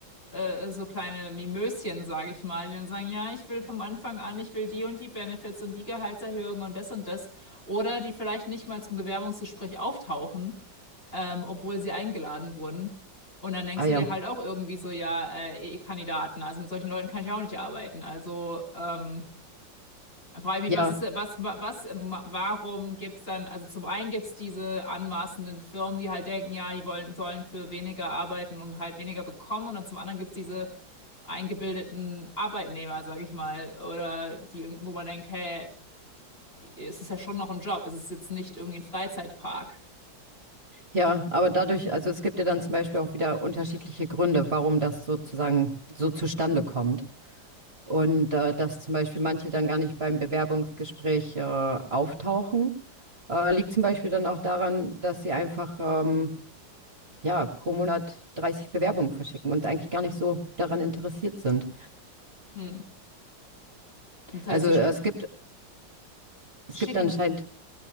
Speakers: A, on the left; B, on the right.
A: äh, so kleine Mimöschen, sage ich mal, die dann sagen, ja, ich will vom Anfang an, ich will die und die Benefits und die Gehaltserhöhungen und das und das. Oder die vielleicht nicht mal zum Bewerbungsgespräch auftauchen, ähm, obwohl sie eingeladen wurden. Und dann denkst
B: Ah
A: du
B: ja,
A: dir halt auch irgendwie so, ja, äh, Kandidaten, also mit solchen Leuten kann ich auch nicht arbeiten. Also ähm, dann frage ich
B: ja,
A: mich, was ist, was, was, warum gibt's dann, also zum einen gibt's diese anmaßenden Firmen, die halt denken, ja, die wollen, sollen für weniger arbeiten und halt weniger bekommen. Und dann zum anderen gibt's diese eingebildeten Arbeitnehmer, sage ich mal, oder die, irgend- wo man denkt, hey, es ist ja schon noch ein Job, es ist jetzt nicht irgendwie ein Freizeitpark.
B: ja, aber dadurch, also es gibt ja dann zum Beispiel auch wieder unterschiedliche Gründe, warum das sozusagen so zustande kommt. Und äh, dass zum Beispiel manche dann gar nicht beim Bewerbungsgespräch äh, auftauchen, äh, liegt zum Beispiel dann auch daran, dass sie einfach ähm, ja, pro Monat 30 Bewerbungen verschicken und eigentlich gar nicht so daran interessiert sind.
A: Hm. Das heißt,
B: Also
A: die,
B: äh,
A: sch-
B: es gibt, es
A: die schicken,
B: gibt anscheinend,